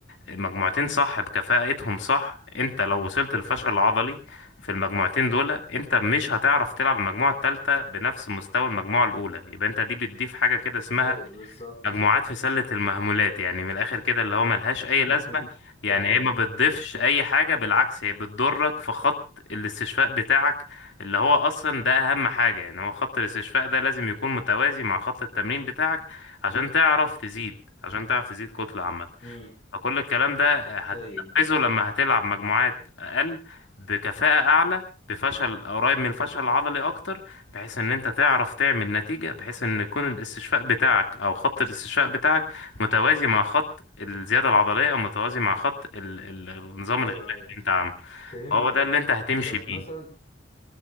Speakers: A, on the left; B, on the left.
A: المجموعتين صح بكفاءتهم صح انت لو وصلت للفشل العضلي في المجموعتين دول انت مش هتعرف تلعب المجموعة التالتة بنفس مستوى المجموعة الأولى يبقى انت دي بتضيف حاجة كده اسمها
B: ايوه بالظبط
A: مجموعات في سلة المهملات يعني من الآخر كده اللي هو ملهاش أي
B: <laughs>
A: لازمة يعني
B: فعلا
A: هي ما بتضيفش أي حاجة بالعكس هي بتضرك في خط الاستشفاء بتاعك اللي هو أصلا ده أهم حاجة يعني هو خط الاستشفاء ده لازم يكون متوازي مع خط التمرين بتاعك عشان تعرف تزيد عشان تعرف تزيد كتلة عامة
B: امم
A: فكل الكلام ده هتنفذه
B: ايوه
A: لما هتلعب مجموعات أقل بكفاءة أعلى بفشل قريب من الفشل العضلي أكتر بحيث إن أنت تعرف تعمل نتيجة بحيث إن يكون الاستشفاء بتاعك أو خط الاستشفاء بتاعك متوازي مع خط الزيادة العضلية أو متوازي مع خط ال- ال- النظام
B: ايوه
A: الغذائي
B: ايوه
A: اللي أنت عامله
B: فهمتك
A: هو ده اللي أنت هتمشي
B: طب
A: بيه
B: مثلا